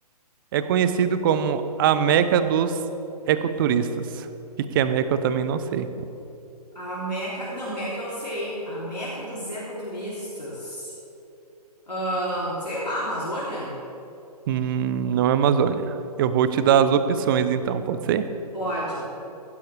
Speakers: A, on the right (about 35°); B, on the left (about 85°).
A: é conhecido como a Meca dos ecoturistas. O que que é Meca eu também não sei.
B: A Meca, não, Meca eu sei. A Meca dos ecoturistas. Ahn, sei lá, Amazônia?
A: Hum, não é Amazônia. Eu vou te dar as opções então, pode ser?
B: Pode.